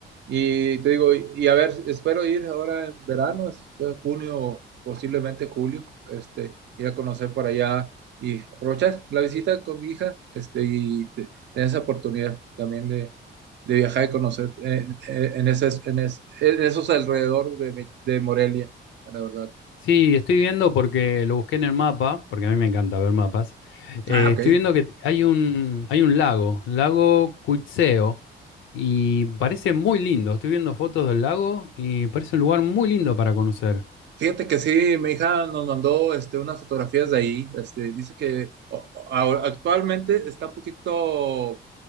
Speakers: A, on the right; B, on the left.
A: Y te digo, y a ver, espero ir ahora en verano, es- en junio, posiblemente julio, este, ir a conocer para allá y aprovechar la visita con mi hija, este, y te- tener esa oportunidad también de viajar y conocer eh, eh, en, ese- en, ese- en esos alrededores de, mi- de Morelia, la verdad.
B: Sí, estoy viendo porque lo busqué en el mapa, porque a mí me encanta ver mapas. Eh,
A: Ah, ok.
B: estoy viendo que hay un, hay un lago, lago Cuitzeo, y parece muy lindo. Estoy viendo fotos del lago y parece un lugar muy lindo para conocer.
A: Fíjate que sí, mi hija nos mandó este, unas fotografías de ahí. Este, dice que o- o- ahora- actualmente está un poquito